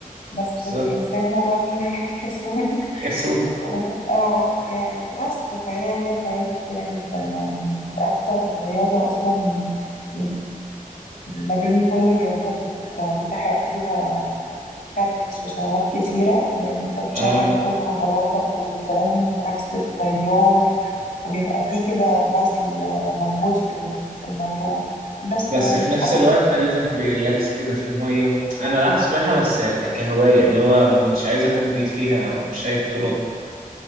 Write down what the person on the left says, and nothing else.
بس
الانسان هو اللي <laughs> كسول
اه يعني بس فهي ليها فوائد كتيرة جدا يعني أكتر رياضة أصلا يعني ما بين كل الرياضات بت- بتحرق فيها كالوريز وسعرات كتيرة لأن أنت بتشغل
كل عضلاتك وبتعوم عكس التيار وبيبقى فيه كده بذل مجهود في ال- في الموضوع بس
يعني
حسب